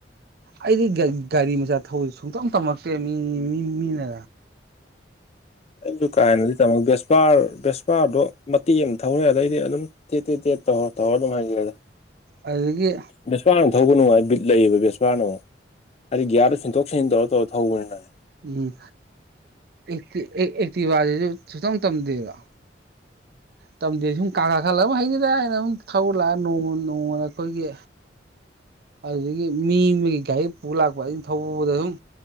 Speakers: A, on the right; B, on the left.
A: ꯑꯩꯗꯤ ꯒꯥꯔꯤ ꯃꯆꯥ ꯊꯧꯕꯁꯦ ꯁꯨꯡꯇꯝ ꯇꯝꯃꯛꯇꯦ ꯃꯤ ꯃꯤ ꯃꯤꯅ
B: ꯑꯩꯁꯨ ꯀꯥꯍꯦꯟꯅꯗꯤ ꯇꯃꯛꯇꯦ ꯚꯦꯁꯄꯥꯔ ꯚꯦꯁꯄꯥꯗꯣ ꯃꯇꯦꯛ ꯑꯃ ꯊꯧꯔꯦ ꯑꯗꯩꯗꯤ ꯑꯗꯨꯝ ꯇꯦꯠ ꯇꯦꯠ ꯇꯦꯠ ꯇꯧꯔ ꯇꯧꯔ ꯑꯗꯨꯝ ꯍꯩꯒ꯭ꯔꯦꯗ
A: ꯑꯗꯨꯗꯒꯤ
B: ꯚꯦꯁꯄꯥꯔꯅ ꯊꯧꯕ ꯅꯨꯡꯊꯥꯏ ꯕꯤꯠ ꯂꯩꯌꯦꯕ ꯕꯦꯁꯄꯥꯔꯅ ꯑꯃꯨꯛ ꯍꯥꯏꯗꯤ ꯒ꯭ꯌꯔꯗꯣ ꯁꯤꯟꯇꯣꯛ ꯁꯤꯟꯖꯤꯟ ꯇꯧꯔ ꯇꯧꯔ ꯊꯧꯕꯅꯤꯅꯅꯦ
A: ꯎꯝ ꯑꯦꯛꯇꯤ ꯑꯦꯛꯇꯤꯚꯥꯁꯤꯁꯨ ꯁꯨꯛꯇꯝ ꯇꯝꯗꯦꯕ ꯇꯝꯗꯦ ꯁꯨꯝ ꯀꯥ ꯀꯥ ꯈꯠꯂ ꯑꯃ ꯍꯩꯅꯤꯗ ꯑꯩꯅ ꯑꯗꯨꯝ ꯊꯧꯔ ꯂꯥꯛꯑꯒ ꯅꯣꯡꯃ ꯅꯣꯡꯃꯅ ꯑꯩꯈꯣꯏꯒꯤ ꯑꯗꯨꯗꯒꯤ ꯃꯤ ꯑꯃꯒꯤ ꯒꯥꯔꯤ ꯄꯨ ꯂꯥꯛꯄ ꯑꯩꯅ ꯊꯧꯕꯗ ꯑꯁꯨꯝ